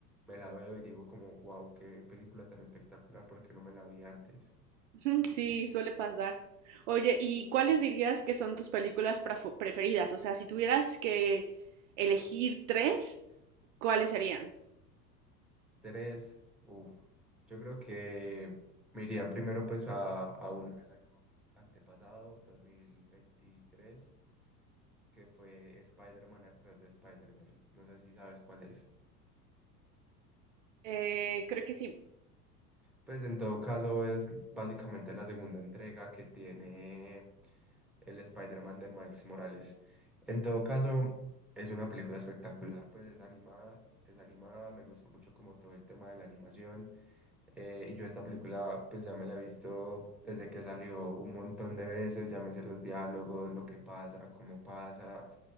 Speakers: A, in the centre; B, on the right.
A: me la veo y digo como, wow, qué película tan espectacular porque no me la vi antes.
B: <laughs> Ujú, Sí, suele pasar. Oye, ¿y cuáles dirías que son tus películas prafo- preferidas? O sea, si tuvieras que elegir tres, ¿cuáles serían?
A: Tres, uff, yo creo que me iría primero pues a, a una del año antepasado, dos mil veintitrés que fue Spider-Man Across the Spider-Verse. No sé si sabes cuál es.
B: Eh, creo que sí.
A: Pues en todo caso es básicamente la segunda entrega que tiene el Spider-Man de Miles Morales. En todo caso es una película espectacular, pues es animada, es animada, me gusta mucho como todo el tema de la animación. eh, y yo esta película pues ya me la he visto desde que salió un montón de veces, ya me sé los diálogos, lo que pasa, cómo pasa.